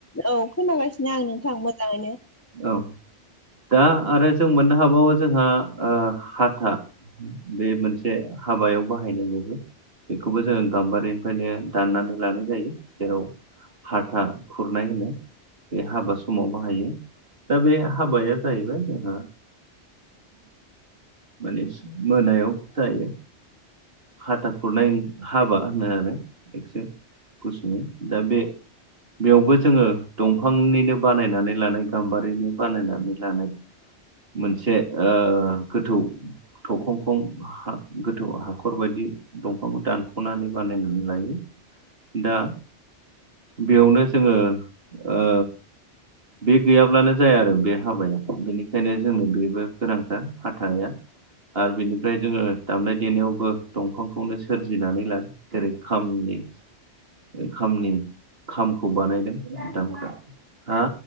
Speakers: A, on the left; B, on the right.
A: औ खोनागासिनो आं नोंथां मोजांङैनो
B: औ दा आरो जों मोननो हाबाव बावयो जोंहा हाथा बे मोनसे हाबायाव बाहायनो जौबो बेखौबो जोंङो गाम्बारिनिफ्रायनो दाननानै लानाय जायो जेराव हाथा खुरनाय होनो बे हाबा समाव बाहायो दा बे हाबाया जाहैबाय जोंहा माने मोनायाव जायो। हाथा खुरनाय हाबा होनो आरो एखस गुसुनो दा बे बेयावबो जोङो दंफांनिनो बानायनानै लानाय गाम्बारिनो बानायनानै लानाय मोनसे ओ गोथौ थखं खं गोथौ हाखर बायदि दंफांखौ दानख'नानै बानायनानै लायो दा बेयावनो जोङो ओ बे गैयाब्लानो जाया आरो बे हाबाया बेनिखायनो जों जोंनो बेबो गोनांथार हाथानाया आरो बिनिफ्राय जोङो दामनाय देनायावबो दंफांखौनो सोरजिनानै लादों जेरै खामनि ओ खामनि खामखौ बानायदों बिथांमोनहा हा